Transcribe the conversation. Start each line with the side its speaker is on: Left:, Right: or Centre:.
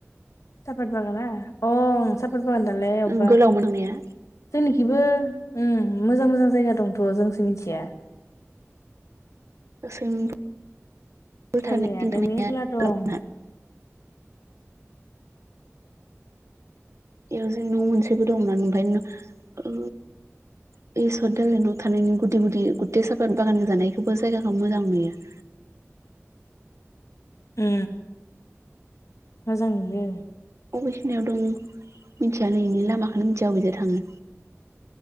Left: सापात बागाना अ सापात बागान दानलायनाय अबबा
Right: ओं गोलावमोन थांनाया
Left: जोंनि बिबो उ मोजां मोजां जायगा दंथ' जोंसो मिथिया।
Right: फिसिम फि
Left: जायगायालाय
Right: थानाया
Left: मेरला दं
Right: फि बेयाव जे न' मोनसेबो दं न ओमाय न‌ ओ बे सर दालनाव थानायनि गुदि गुदि गुथै साफा बागान जानायखौबो जायगाखौ मोजां नुयो। <inaudible>
Left: उ मोजां नुयो।
Right: अबेखिनियाव दं मिथियानो इनि लामाखोनो मिथिया अबेजों थाङो।